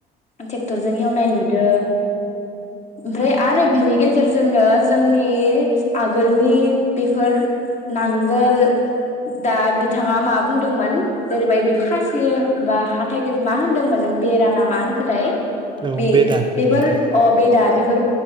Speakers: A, on the left (about 40°); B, on the right (about 30°).
A: टेक्टरजों हेवनाय नुदो। ओमफ्राय आरो बिनि गेजेरजोंनो जोंनि आगोलनि बेफोर नांगोल दा बिथाङा मा बुंदोंमोन जेरैबाय बे खासि बा हाथाय गेदेमा मा होन्दोंमोन नों बेराना मा होनखोथाय?
B: औ
A: बि
B: बेदा
A: बेफोर
B: बेदा
A: अ बेदा बेफोर